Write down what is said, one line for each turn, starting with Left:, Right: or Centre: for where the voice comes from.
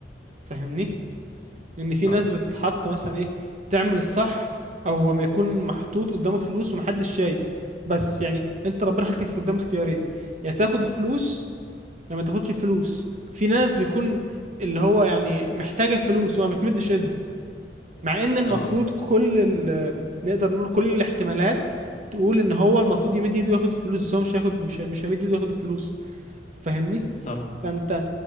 Right: فاهمني ان في
Left: صح
Right: ناس بتتحط مثلا ايه تعمل الصح او ما يكون محطوط قدامه فلوس ومحدش شايف بس يعني انت ربنا حطك في قدام اختيارين يا تاخد الفلوس يا ما تاخدش الفلوس في ناس بيكون اللي هو يعني محتاجة الفلوس وما بتمدش ايدها مع ان المفروض
Left: اه
Right: كل ال نقدر نقول كل الاحتمالات تقول ان هو المفروض يمد ايده وياخد الفلوس بس هو مش هياخد مش هي- مش هيمد ايده وياخد الفلوس فاهمني
Left: صح
Right: فانت